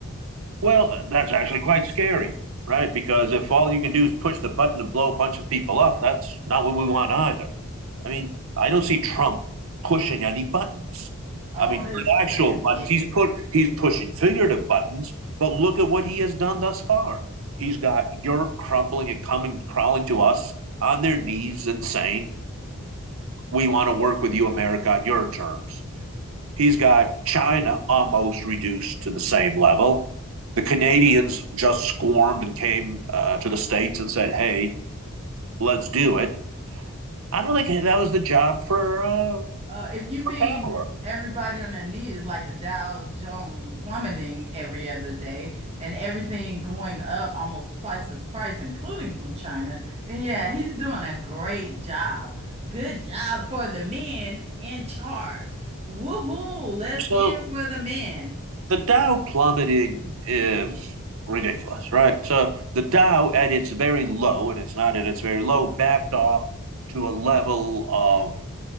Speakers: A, on the right; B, on the right.
A: Well, that's actually quite scary, right? Because if all you can do is push the button to blow a bunch of people up, that's not what we want either. I mean, I don't see Trump pushing any buttons.
B: Oh,
A: I mean,
B: his
A: not actual
B: fingers
A: buttons.
B: itch.
A: He's put he's pushing figurative buttons, but look at what he has done thus far. He's got Europe crumbling and coming crawling to us on their knees and saying, "We want to work with you, America, on your terms." He's got China almost reduced to the same level. The Canadians just squirmed and came uh, to the States and said, hey, let's do it. I don't think that was the job for, uh,
B: Uh, if you mean
A: for Kamala.
B: everybody on their knees, like the Dow Jones plummeting every other day and everything going up almost twice its price, including from China, then yeah, he's doing a great job. Good job for the men in charge. Woohoo! Let's
A: So
B: hear for the men.
A: the Dow plummeting is ridiculous, right? So the Dow at its very low, and it's not at its very low, backed off to a level of